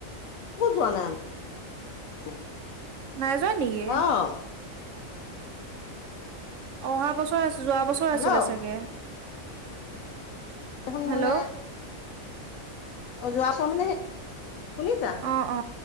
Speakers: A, on the left; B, on the right.
A: কতো জোৱা নাই?
B: নাই যোৱা নেকি?
A: অ',
B: অহা বছৰ আ যোৱা বছৰ
A: হেল্ল'।
B: আছিলে চাগে।
A: এইখন
B: হেল্ল'
A: মানে অ' যোৱাবছৰ মানে। শুনিছা,
B: অ অ